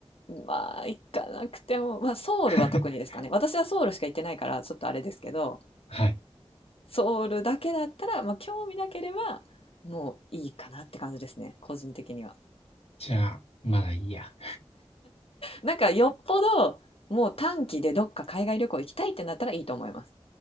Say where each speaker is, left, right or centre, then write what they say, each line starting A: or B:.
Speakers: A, on the left; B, on the left.
A: まあ、行かなくても、まあ、ソウルは特にですかね。
B: <laughs>
A: 私はソウルしか行ってないから、ちょっとあれですけど、
B: はい。
A: ソウルだけだったら、まあ、興味なければ、もういいかなって感じですね、個人的には。
B: じゃあ、まだいいや。
A: なんか、よっぽど、もう短期でどっか海外旅行行きたいってなったらいいと思います。